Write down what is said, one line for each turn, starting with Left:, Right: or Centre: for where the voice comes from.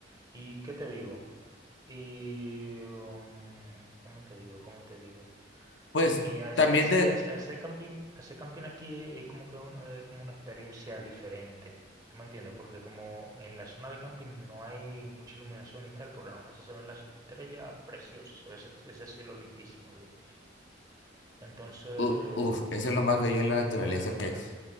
Right: ¿Y qué te digo? Y, um, ¿cómo te digo? ¿Cómo te digo?
Left: Pues
Right: Y as-
Left: también
Right: así,
Left: de,
Right: as- hacer camping, hacer camping aquí es, es como que un- eh, como una experiencia diferente. ¿Tú me entiendes? Porque como en la zona de camping no hay mucha iluminación y tal, por la noche se ven las estrellas preciosas, se ve ese, ese cielo lindísimo, bien. Entonces,
Left: u- uf, eso es lo más
Right: eh,
Left: bello de
Right: es,
Left: la naturaleza
Right: es bien recomendable.
Left: que